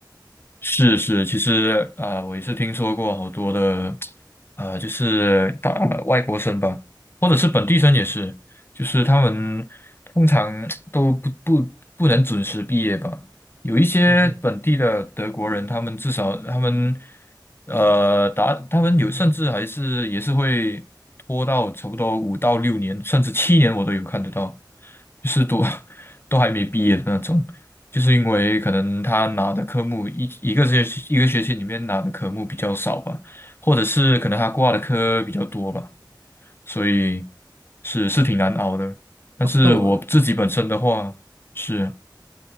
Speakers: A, on the left (about 30°); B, on the right (about 85°).
A: 是是，其实啊、呃我也是听说过好多的，呃，就是大外国生吧，或者是本地生也是，就是他们通常都不不不能准时毕业吧。有一些本地的德国人，
B: 嗯哼，
A: 他们至少他们呃达他们有甚至还是也是会拖到差不多五到六年，甚至七年我都有看得到，就是都 <laughs> 都还没毕业的那种。就是因为可能他拿的科目一一个学期一个学期里面拿的科目比较少吧，或者是可能他挂的科比较多吧，所以是是挺难熬的。但是我自己本身的话，
B: 那我
A: 是。